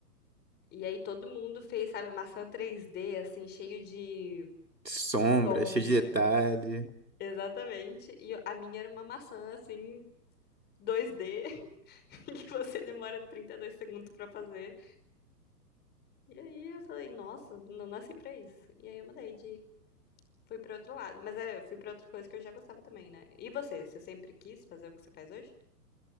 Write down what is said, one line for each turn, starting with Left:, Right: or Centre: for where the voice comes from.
Left: E aí todo mundo fez, sabe, a maçã 3D, assim, cheio de
Right: Sombra,
Left: sombra.
Right: cheio de detalhe.
Left: Exatamente. E a minha era uma maçã, assim, 2D, <laughs> que você demora 32 segundos pra fazer. E aí eu falei, nossa, não nasci pra isso. E aí eu mudei de Fui pra outro lado, mas era, eu fui pra outra coisa que eu já gostava também, né? E você? Você sempre quis fazer o que você faz hoje?